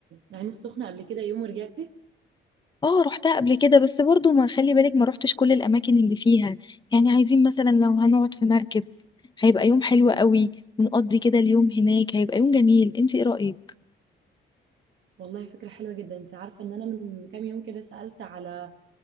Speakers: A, on the right (about 70°); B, on the left (about 20°).
A: العين السخنة قبل كده يوم ورجعتي
B: اه روحتها قبل كده بس برضو ما خلي بالك ما روحتش كل الاماكن اللي فيها يعني عايزين مثلا لو هنقعد في مركب هيبقى يوم حلو قوي ونقضي كده اليوم هناك هيبقى يوم جميل انتي ايه رأيك
A: والله فكرة حلوة جدا انت عارفة ان انا من كام يوم كده سألت على